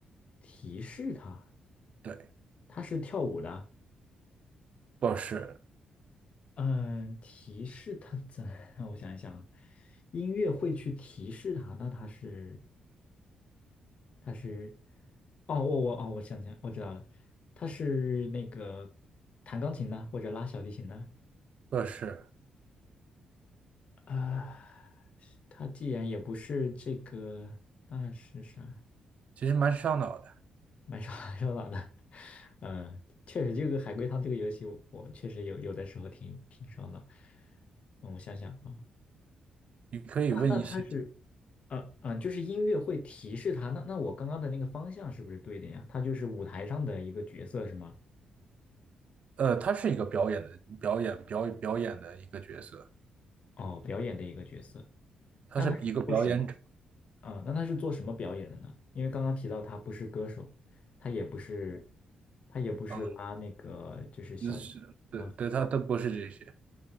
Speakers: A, on the left (about 55°); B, on the right (about 60°).
A: 提示他
B: 对，
A: 他是跳舞的，
B: 不是，
A: 嗯，提示他怎？<laughs> 让我想一想，音乐会去提示他，那他是他是哦我我哦我想起来我知道了，他是那个弹钢琴的或者拉小提琴的。
B: 不是，
A: 啊，他既然也不是这个，那是啥？
B: 其实蛮烧脑的。
A: 蛮 <laughs> 手蛮手脑的。嗯，确实，这个海龟汤这个游戏我，我确实有有的时候挺挺烧脑。嗯，我想想啊，
B: 你可以问一些，
A: 那那他是，呃嗯，就是音乐会提示他。那那我刚刚的那个方向是不是对的呀？他就是舞台上的一个角色是吗？
B: 呃，他是一个表演的表演表表演的一个角色，
A: 哦，表演的一个角色。
B: 他是一个表演者
A: 那他是做什么？啊，那他是做什么表演的呢？因为刚刚提到他不是歌手，他也不是，他也不是拉那个就是小提琴，
B: 啊，就是对对，
A: 然后
B: 他都不是这些，